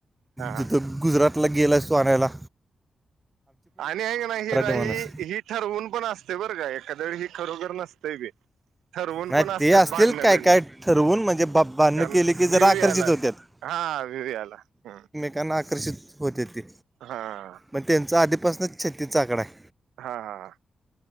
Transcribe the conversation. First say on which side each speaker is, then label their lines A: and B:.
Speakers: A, on the right (about 85°); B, on the right (about 15°).
A: हा.
B: तिथ गुजरातला गेलास तु आणायला.
A: आणि आहे का नाही हि राही
B: माणूस
A: ही ठरवून पण असते बरं का एखाद वेळी ही खरोखर नसते बी. ठरवून
B: नाही
A: पण असते
B: ते असतील
A: भांडणं
B: काय
A: बिडणं
B: काय ठरवून म्हणजे बा भांडणं
A: कारण
B: केले की जरा
A: भिवी
B: आकर्षित
A: याला
B: होतात
A: हा विवे आला हम्
B: त्यांना आकर्षित होते ते.
A: हा
B: मग त्येंचा आधीपासूनच छत्तीसचा आकडा आहे.
A: हा हा ह